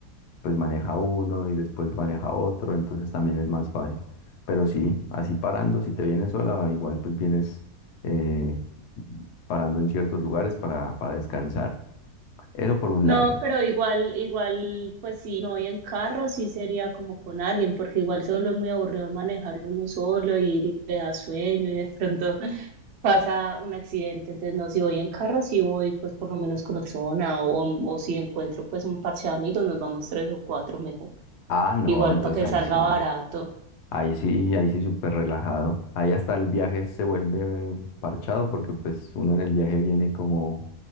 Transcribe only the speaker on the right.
No,
pero igual, igual, pues si me voy en carro, sí sería como con alguien, porque igual se vuelve muy aburrido manejar uno solo y le da sueño y de pronto pasa un accidente. Entonces, no, si voy en carro, sí voy pues por lo menos con otra persona o, o si encuentro pues un parche de amigos, nos vamos tres o cuatro mejor.
Igual
para que
salga
barato.